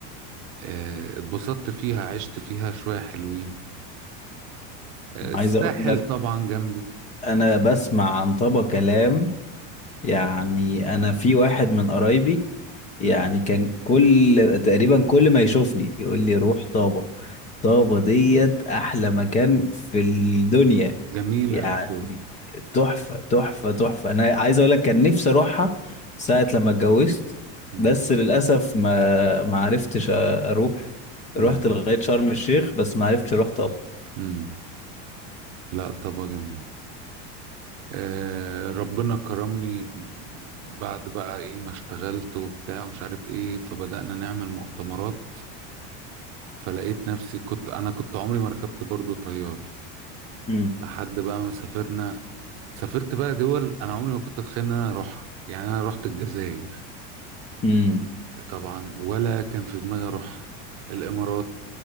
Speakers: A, on the right; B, on the left.
A: آه، اتبسطت فيها عشت فيها شوية حلوين آه، الساحل
B: عايز اقول لك
A: طبعا جنبي
B: انا بسمع عن طبق كلام يعني انا في واحد من قرايبي يعني
A: مم.
B: كان كل تقريبا كل ما يشوفني يقول لي روح طابة طابة ديت احلى مكان في الدنيا
A: جميلة
B: يعني
A: بشو
B: تحفة تحفة تحفة انا عايز اقول لك كان نفسي اروحها ساعة لما اتجوزت
A: مم.
B: بس للاسف ما ما عرفتش اروح رحت
A: مم.
B: لغاية شرم الشيخ بس ما عرفتش اروح طابة
A: مم. لا طابة جميلة آه، ربنا كرمني بعد بقى ايه ما اشتغلت وبتاع ومش عارف ايه فبدأنا نعمل مؤتمرات فلقيت نفسي كنت انا كنت عمري ما ركبت برضو طيار
B: مم.
A: لحد بقى ما سافرنا سافرت بقى دول انا عمري ما كنت اتخيل ان انا اروحها يعني انا رحت الجزائر
B: امم
A: طبعا ولا كان في دماغي اروح الامارات